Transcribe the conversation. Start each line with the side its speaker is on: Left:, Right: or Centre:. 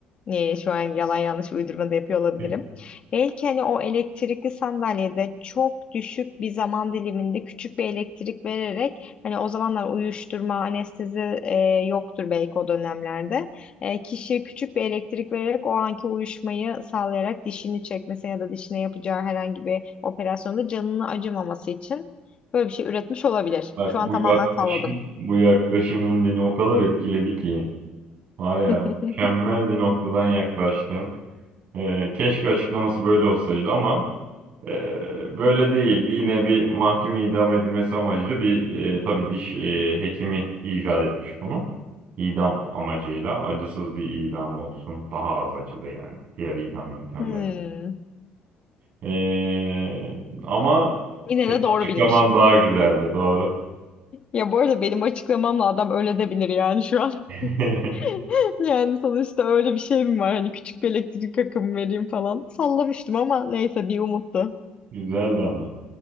Left: Ee, şu an yalan yanlış uydurma da yapıyor olabilirim.
Right: Hı.
Left: Belki hani o elektrikli sandalyede çok düşük bir zaman diliminde küçük bir elektrik vererek hani o zamanlar uyuşturma, anestezi e, yoktur belki o dönemlerde. E, kişiye küçük bir elektrik vererek o anki uyuşmayı sağlayarak dişini çekmesine ya da dişine yapacağı herhangi bir operasyonda canını acımaması için Böyle bir şey üretmiş olabilir.
Right: Bak
Left: Şu
Right: bu
Left: an tamamen
Right: yaklaşım
Left: salladım.
Right: bu yaklaşımın beni o kadar etkiledi ki var
Left: <laughs>
Right: ya mükemmel bir noktadan yaklaştın. E, keşke açıklaması böyle olsaydı ama Ee, Böyle değildi. Yine bir mahkum idam edilmesi amacıyla bir e, tabii diş e, hekimi icat etmiş bunu. İdam amacıyla acısız bir idam olsun. Daha az acılı yani. Diğer idam yöntemleri.
Left: Hmm.
Right: Ee, ama
Left: Yine
Right: senin
Left: de doğru
Right: açıklaman
Left: bilmişim.
Right: daha güzeldi. Doğru.
Left: Ya bu arada benim açıklamamla adam öyle de bilir yani şu an.
Right: <laughs>
Left: <laughs> Yani sonuçta öyle bir şey mi var? Hani küçük bir elektrik akımı vereyim falan. Sallamıştım ama neyse bir umuttu.
Right: Güzeldi ama.